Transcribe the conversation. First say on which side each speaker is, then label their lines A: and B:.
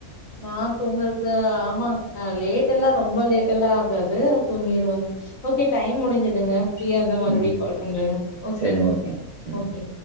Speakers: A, on the left; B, on the right.
A: நான் தூங்கறக்கு ஆமாங் அ லேட் எல்லா ரொம்ப லேட் எல்லா ஆகாது தூங்கிருவங்க ஓகே டைம் முடிஞ்சதுங்க ஃப்ரீயா இருந்த மறுபடியு
B: ம்.
A: கால் பண்றேங்க ஓகேங்
B: சரி ஓகேங்க. ம்.
A: ஓகே